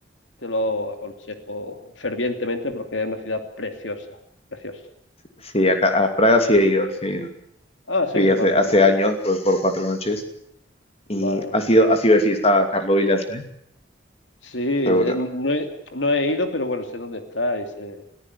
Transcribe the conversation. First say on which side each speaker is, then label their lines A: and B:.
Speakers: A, on the left (about 80°); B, on the left (about 30°).
A: te lo aconsejo fervientemente porque es una ciudad preciosa, preciosa.
B: Sí, acá, a Praga sí he ido, sí he ido.
A: Ah, sí,
B: Fui hace,
A: vale,
B: hace
A: vale,
B: años, fue por cuatro noches. Y
A: vale, vale.
B: ha sido, ha sido de fiesta Carlos Vilas, ¿eh?
A: Sí, eh,
B: Seguro.
A: no he, no he ido, pero bueno, sé dónde está y sé,